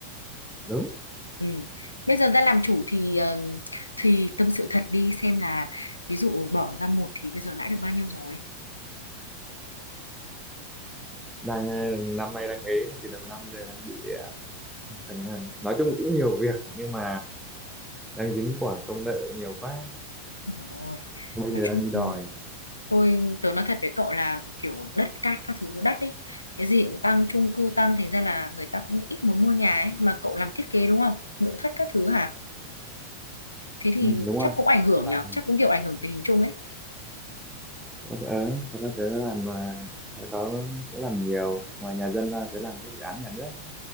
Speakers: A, in the centre; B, on the left.
A: đúng
B: Ừ. Bây giờ ra làm chủ thì ờ, thì tâm sự thật đi xem là ví dụ bỏ ra một thì bây giờ lãi được bao nhiêu rồi.
A: đang ờ, năm nay đang ế từ đầu năm giờ đang bị ờ, khẳng- ờ, nói chung cũng nhiều việc nhưng mà đang dính quả công nợ nhiều quá
B: rồi
A: bây
B: Nói
A: giờ
B: chung
A: đang đi đòi
B: tôi tớ nói thật với cậu là kiểu đất cát các thứ đắt ấy cái gì cũng tăng chung cư tăng thành ra là người ta cũng ít muốn mua nhà ấy mà cậu làm thiết kế đúng không nội thất các thứ hả thế thì
A: Ừ, đúng
B: chắc
A: rồi.
B: cũng ảnh hưởng
A: cái là
B: nhở chắc cũng kiểu ảnh hưởng tình hình chung ấy
A: Ok, Thật ra tớ, ờ, tớ, tớ làm à, hồi có cũng làm nhiều ngoài nhà dân ra tớ làm các dự án nhà nước nữa